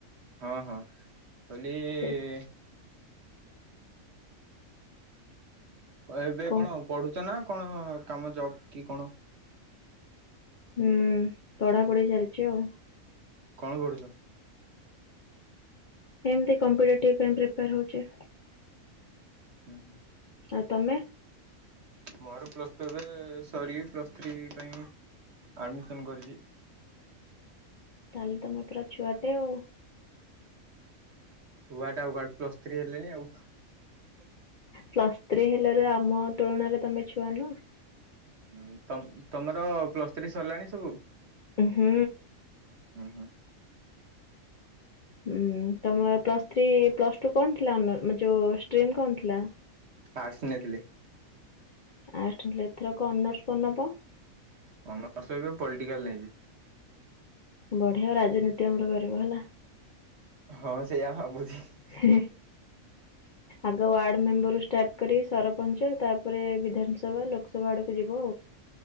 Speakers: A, on the right; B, on the left.
A: ହଁ ହଁ କହିଲି
B: ସେ
A: <unintelligible>
B: କଣ
A: ପଢୁଚ ନା କଣ କାମ ଜବ କି କଣ?
B: ହୁଁ ପଢା ପଢି ଚାଲିଚି ଆଉ।
A: କଣ ପଢୁଚ?
B: ଏମତି କମ୍ପିଟେଟିବ ପାଇଁ ପ୍ରିପାୟର ହଉଚି।
A: ହୁଁ ହୁଁ।
B: ଆଉ ତମେ?
A: ମୋର ପ୍ଲସ ଟୁ ଏବେ ସରି ପ୍ଲସ୍ ଥ୍ରୀ ପାଇଁ ଆଡମିସନ କରିଚି।
B: ତାହେଲେ ତମେ ପୁରା ଛୁଆଟେ ଆଉ।
A: ଛୁଆ ଟା କୁଆଡେ ପ୍ଲସ ଥ୍ରୀ ହେଲିଣି ଆଉ।
B: ପ୍ଲସ୍ ଥ୍ରୀ ହେଲାରୁ ଆମ ତୁଳନାରେ ତମେ ଛୁଆ ନୁହଁ?
A: ହଁ ତ ତମର ପ୍ଲସ ଥ୍ରୀ ସରିଲାଣି ସବୁ?
B: ହୁଁ।
A: ହୁଁ ହୁଁ।
B: ହୁଁ ତମର ପ୍ଲସ୍ ଥ୍ରୀ ପ୍ଲସ ଟୁ କଣ ଥିଲା ଅନ ଯୋଉ ଷ୍ଟିମ କଣ ଥିଲା?
A: ଆର୍ଟସ୍ ନେଇଥିଲି।
B: ଆର୍ଟସ ଏଥରକ ଅନର୍ସ କଣ ନବ?
A: ଅନର୍ସ ଏବେ ପଲିଟିକାଲ ନେଇଚି।
B: ବଢିଆ ରାଜନୀତି ଆମର କରିବ ହେଲା।
A: ହଁ ସେଇଆ ଭାବୁଚି।
B: ହ <unintelligible> ଆଗ ୱାର୍ଡ ମେମ୍ବର ଷ୍ଟାର୍ଟ କରି ସରପଞ୍ଚ ତାପରେ ବିଧାନସଭା ଲୋକସ ସଭା ଆଡକୁ ଯିବୁ।